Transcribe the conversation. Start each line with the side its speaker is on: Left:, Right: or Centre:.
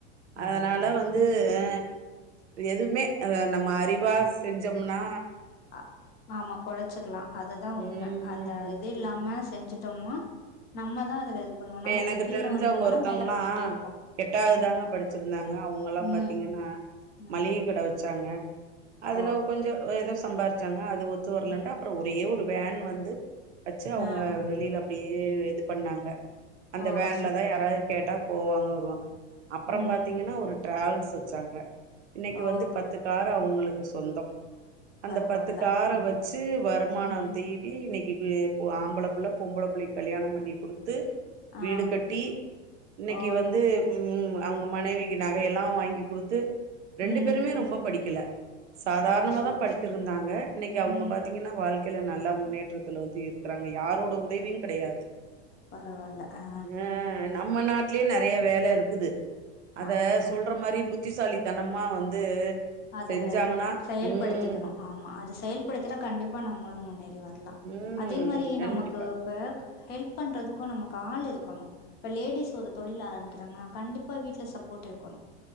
Right: அதனால
Left: ஐயையோ
Right: வந்து
Left: ம்
Right: அ எதுமே அ நம்ம அறிவா செஞ்சம்னா
Left: அ ஆமா பொழச்சிக்லா அதுதா உண்
Right: ம்.
Left: ம அந்த இது இல்லாம செஞ்சுட் டம்னா நம்மதா அதுல இது பண்ணுவோ நமக்கு
Right: எனக்கு
Left: கீழ
Right: தெரிஞ்சங்க
Left: வந்தவங்கல்லா
Right: ஒருத்தங்கல்லா
Left: மேல போயிட்டே இருப்பாங்க
Right: எட்டாது
Left: ம்
Right: தாங்க படிச்சிருந்தாங்க அவங்கல்லா
Left: ம்
Right: பாத்திங்கன்னா
Left: ம்
Right: மளிக கட வெச்சாங்க அதுல
Left: ஓ
Right: கொஞ்ச ஏதோ சம்பாரிச்சாங்க அது ஒத்து வர்லன்ட்டு
Left: ம்
Right: அப்பற ஒரே
Left: ம்
Right: ஒரு வேன் வந்து வெச்சு அவங்க
Left: ஆ
Right: வெளில அப்டியே இது பண்ணாங்க அந்த
Left: ஓ
Right: வேன்லதா
Left: செரி
Right: யாராது
Left: செரி
Right: கேட்டா போவாங்க வருவாங்க அப்றம்
Left: ம்
Right: பாத்திங்கனா ஒரு டிராவல்ஸ் வெச்சாங்க இன்னக்கி
Left: ஓ
Right: வந்து பத்து கார் அவுங்களுக்கு சொந்தம் அந்த
Left: பரவால்ல
Right: பத்து கார
Left: ம்
Right: வச்சு வருமான
Left: ம்
Right: தீட்டி இன்னக்கி ஏ பொ ஆம்பள புள்ள பொம்பள புள்ளக்கி கல்யாணம் பண்ணி குடுத் து
Left: ஆ
Right: வீடு கட்டி இன்னக்கி
Left: ஓ
Right: வந்து ம் அவங்க மனைவிக்கு நகையெல்லா வாங்கி குடுத்து ரெண்டு
Left: ம்
Right: பேருமே ரொம்ப படிக்கல சாதாரணமாதா
Left: ஓ செரி
Right: படித்திருந்தாங்க
Left: செரி
Right: இன்னைக்கு அவுங்க
Left: ம்
Right: பாத்திங்கனா
Left: ம்
Right: வாழ்க்கைல நல்லா முன்னேற்றத்துல வந்து இருக்கறாங்க யாரோட உதவியு கெடையாது
Left: பரவால்ல ஆ
Right: அ நம்ம நாட்லே நறையா வேலருக் குது அத
Left: ஆமா கண்டிப்பா
Right: சொல்ற மாரி
Left: கண்டிப்பா
Right: புத்திசாலித்தனம் மா வந்து
Left: அத
Right: செஞ்சாங்கன்னா
Left: செயல்படுத்திக்கணு
Right: ம்
Left: ஆமா அது செயல் படுத்தினா கண்டிப்பா நம்மளு முன்னேறி வர ல்லா
Right: ம்
Left: அதே மாதிரி
Right: கண்டிப்பா
Left: நமக்கு இப்ப ஹெல்ப் பண்றதுக்கு நமக்கு ஆள் இருக்கோணு இப்ப லேடிஸ் ஒரு தொழில் ஆரம்பிக்கிறாங்கனா கண்டிப்பா வீட்ல சப்போட் இருக்கோணு